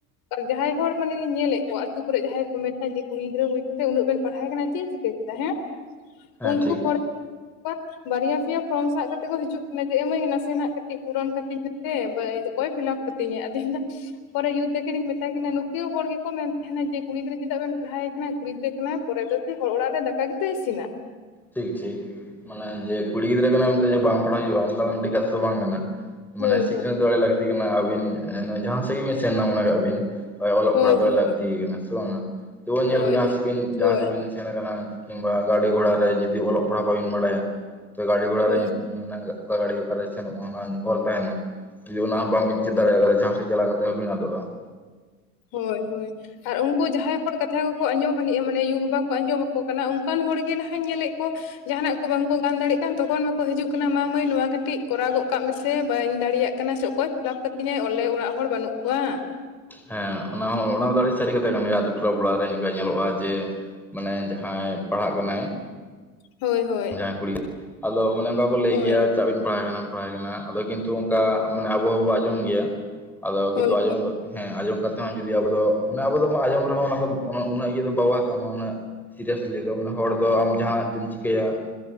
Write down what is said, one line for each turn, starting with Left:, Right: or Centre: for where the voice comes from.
Left: ᱟᱨ ᱡᱟᱦᱟᱸᱭ ᱦᱚᱲ ᱢᱟᱱᱮ ᱞᱤᱧ ᱧᱮᱞᱮᱫ ᱠᱚᱣᱟ, ᱟᱛᱩ ᱠᱚᱨᱮ ᱡᱟᱦᱟᱸᱭ ᱠᱚ ᱢᱮᱱᱟ, ᱡᱮ ᱠᱩᱲᱤ ᱜᱤᱫᱽᱨᱟᱹ ᱦᱩᱭ ᱠᱟᱛᱮᱫ ᱩᱱᱟᱹᱜ ᱵᱮᱱ ᱯᱟᱲᱦᱟᱣᱮ ᱠᱟᱱᱟ ᱾ ᱪᱮᱫ ᱤᱧ ᱪᱤᱠᱟᱹ ᱠᱮᱫᱟ ᱦᱮᱸ,
Centre: ᱦᱮᱸ
Left: ᱩᱱᱠᱩ
Centre: ᱴᱷᱤᱠ
Left: ᱦᱚᱲ ᱠᱚᱣᱟ ᱵᱟᱨᱭᱟ ᱯᱮᱭᱟ ᱯᱷᱨᱚᱢ ᱥᱟᱵ ᱠᱟᱛᱮ ᱠᱚ ᱦᱤᱡᱩᱜᱽ ᱠᱟᱱᱟ ᱡᱮ, ᱮᱸ ᱢᱟᱹᱭ ᱱᱟᱥᱮᱱᱟᱜ ᱠᱟᱹᱴᱤᱡᱽ ᱯᱩᱨᱚᱱ ᱠᱟᱛᱮᱧ ᱢᱮ ᱦᱮᱸ ᱵᱟᱭ ᱦᱤᱛᱚᱜᱽ <unintelligible> ᱚᱠᱚᱭ ᱯᱷᱤᱞᱟᱯ ᱠᱟᱹᱛᱤᱧᱟ ᱟᱫᱚ ᱤᱧ ᱫᱚ ᱯᱚᱨᱮ ᱭᱩ ᱛᱟᱹᱠᱤᱱᱤᱧ ᱢᱮᱛᱟ ᱠᱤᱱᱟ ᱱᱩᱠᱤᱭᱟᱹ ᱦᱚᱲ ᱜᱮᱠᱚ ᱠᱚ ᱢᱮᱱ ᱛᱟᱦᱮᱱᱟ ᱡᱮ ᱠᱩᱲᱤ ᱜᱤᱫᱽᱨᱟᱹ ᱪᱮᱫᱟᱜᱽ ᱵᱮᱱ ᱯᱟᱲᱦᱟᱣᱮ ᱠᱟᱱᱟ ᱠᱩᱲᱤ ᱜᱤᱫᱽᱨᱟᱹ ᱠᱟᱱᱟᱭ <unintelligible> ᱯᱚᱨᱮ ᱫᱚ ᱠᱤ ᱦᱚᱲ ᱚᱲᱟᱜ ᱨᱮ ᱫᱟᱠᱟ ᱜᱮᱛᱚ ᱤᱥᱤᱱᱟ᱾
Centre: ᱴᱷᱤᱠ ᱴᱷᱤᱠ ᱢᱟᱱᱮ ᱡᱮ ᱠᱩᱲᱤ ᱜᱤᱫᱽᱨᱟᱹ ᱠᱟᱱᱟ ᱢᱮᱱᱛᱮ, ᱡᱮ ᱵᱟᱝ ᱯᱟᱲᱦᱟᱜ ᱦᱩᱭᱩᱜᱼᱟ, ᱚᱱᱠᱟ ᱫᱚ ᱢᱤᱫᱴᱤᱡᱽ ᱠᱟᱛᱷᱟ ᱫᱚ ᱵᱟᱝ ᱠᱟᱱᱟ ᱾ ᱢᱟᱱᱮ
Left: ᱦᱳᱭ
Centre: ᱥᱤᱠᱷᱱᱟᱹᱛ ᱫᱚ ᱟᱹᱰᱤ ᱞᱟᱹᱠᱛᱤ ᱠᱟᱱᱟ ᱟᱹᱵᱤᱱ ᱱᱚᱼᱚᱭ ᱡᱟᱦᱟᱸ ᱥᱮᱫᱽ ᱜᱮᱵᱤᱱ ᱥᱮᱱᱱᱟ ᱢᱚᱱᱮ ᱠᱟᱜᱽ ᱵᱤᱱ ᱚᱞᱚᱜᱽ
Left: ᱦᱳᱭ
Centre: ᱯᱟᱲᱦᱟᱣ ᱫᱚ
Left: ᱦᱳᱭ
Centre: ᱞᱟᱹᱠᱛᱤ ᱠᱟᱱᱟ ᱥᱮ ᱵᱟᱝ? ᱛᱚ ᱧᱮᱞ
Left: ᱦᱳᱭ
Centre: ᱵᱤᱱ ᱡᱟᱦᱟᱸ
Left: ᱦᱳᱭ
Centre: ᱥᱮᱫᱽ ᱵᱤᱱ ᱥᱮᱱ ᱟᱠᱟᱱᱟ ᱠᱤᱢᱵᱟ ᱜᱟᱹᱰᱤ ᱜᱷᱚᱲᱟ ᱨᱮ ᱡᱚᱫᱤ ᱚᱞᱚᱜ ᱯᱟᱲᱦᱟᱜ ᱵᱟᱵᱤᱱ ᱵᱟᱲᱟᱭᱟ ᱛᱚ ᱜᱟᱹᱰᱤ ᱜᱷᱚᱲᱟ
Left: ᱦᱳᱭ
Centre: ᱨᱮ ᱚᱱᱟ ᱚᱠᱟ ᱜᱟᱹᱰᱤ ᱚᱠᱟ ᱨᱮ ᱥᱮᱱᱚᱜᱼᱟ ᱚᱱᱟ ᱚᱞ ᱛᱟᱦᱮᱱᱟ ᱡᱩᱫᱤ ᱚᱱᱟ ᱦᱚᱸ ᱵᱟᱢᱵᱤᱱ ᱪᱮᱫ
Left: ᱦᱳᱭ
Centre: ᱫᱟᱲᱮᱭᱟᱫᱟ ᱡᱟᱦᱟᱸ ᱥᱮᱫ ᱪᱟᱞᱟ ᱠᱟᱛᱮᱫ ᱦᱚᱸ ᱵᱤᱱ ᱟᱫᱚᱜᱼᱟ ᱾
Left: ᱦᱳᱭ ᱦᱳᱭ᱾ ᱟᱨ ᱩᱱᱠᱩ ᱡᱟᱦᱟᱸᱭ ᱦᱚᱲ ᱠᱟᱛᱷᱟ ᱠᱚᱠᱚ ᱟᱸᱡᱚᱢ ᱟᱹᱱᱤᱡᱜᱼᱟ, ᱢᱟᱱᱮ ᱭᱩ ᱵᱟᱵᱟ ᱠᱚ ᱟᱸᱡᱚᱢ ᱟᱠᱚ ᱠᱟᱱᱟ, ᱚᱱᱠᱟᱱ ᱦᱚᱲ ᱜᱮ ᱱᱟᱦᱟᱜ ᱧᱮᱞᱮᱫ ᱠᱚ ᱡᱟᱦᱟᱱᱟᱜ ᱠᱚ ᱵᱟᱝᱠᱚ ᱜᱟᱱ ᱫᱟᱲᱮᱜ ᱠᱟᱱ ᱛᱚᱠᱷᱚᱱ ᱢᱟᱠᱚ ᱦᱤᱡᱩᱜ ᱠᱟᱱᱟ ᱢᱟ ᱢᱟᱹᱭ ᱱᱚᱣᱟ ᱠᱟᱹᱴᱤᱡ ᱠᱚᱨᱟᱣ ᱜᱚᱜ ᱠᱟᱜ ᱢᱮᱥᱮ ᱵᱟᱹᱧ ᱫᱟᱲᱮᱭᱟᱜ ᱠᱟᱱᱟ ᱥᱮ ᱚᱠᱚᱭ ᱯᱷᱤᱞᱟᱯ ᱠᱟᱛᱤᱧᱟᱭ ᱚᱞᱮ ᱚᱲᱟᱜ ᱦᱚᱲ ᱵᱟᱹᱱᱩᱜ ᱠᱚᱣᱟ ᱾
Centre: ᱦᱮᱸ ᱚᱱᱟ ᱦᱚᱸ ᱚᱱᱟ ᱫᱚ ᱟᱹᱰᱤ ᱥᱟᱹᱨᱤ ᱠᱟᱛᱷᱟ ᱠᱟᱱ ᱜᱮᱭᱟ ᱟᱛᱩ ᱴᱚᱞᱟ ᱯᱟᱲᱟ ᱨᱮ ᱚᱱᱠᱟ ᱧᱮᱞᱚᱜᱼᱟ ᱡᱮ ᱢᱟᱱᱮ ᱡᱟᱦᱟᱸᱭ ᱯᱟᱲᱦᱟᱜ ᱠᱟᱱᱟᱭ
Left: ᱦᱳᱭ ᱦᱳᱭ
Centre: ᱡᱟᱦᱟᱸᱭ ᱠᱩᱲᱤ, ᱟᱫᱚ ᱚᱱᱮ ᱚᱱᱠᱟ ᱠᱚ ᱞᱟᱹᱭ
Left: ᱦᱳᱭ
Centre: ᱜᱮᱭᱟ ᱪᱟᱜ ᱵᱤᱱ ᱯᱟᱲᱦᱟᱣᱮ ᱠᱟᱱᱟ ᱾ ᱯᱟᱲᱦᱟᱣᱮ ᱠᱟᱱᱟ, ᱟᱫᱚ ᱠᱤᱱᱛᱩ ᱚᱱᱠᱟ ᱢᱟᱱᱮ ᱟᱵᱚ ᱦᱚᱸᱵᱚ ᱟᱸᱡᱚᱢ ᱜᱮᱭᱟ, ᱟᱫᱚ ᱠᱤᱱᱛᱩ
Left: ᱦᱳᱭ ᱦᱳᱭ
Centre: ᱟᱸᱡᱚᱢ ᱠᱟᱛᱮ ᱦᱮᱸ ᱟᱸᱡᱚᱢ ᱠᱟᱛᱮᱫ ᱦᱚᱸ, ᱡᱚᱫᱤ ᱟᱵᱚ ᱫᱚ ᱚᱱᱟ ᱟᱵᱚ ᱫᱚ ᱟᱸᱡᱚᱢ ᱨᱮᱦᱚᱸ, ᱚᱱᱟ ᱫᱚ ᱩᱱᱟᱹᱜ ᱤᱭᱟᱹ ᱫᱚ ᱵᱟᱵᱚ ᱦᱟᱛᱟᱣᱟ ᱩᱱᱟᱜ ᱥᱤᱫᱟ. ᱥ <unintelligible> ᱦᱚᱲ ᱫᱚ ᱟᱢ ᱡᱟᱦᱟᱸ ᱛᱮᱢ ᱪᱤᱠᱟᱹᱭᱟ ᱾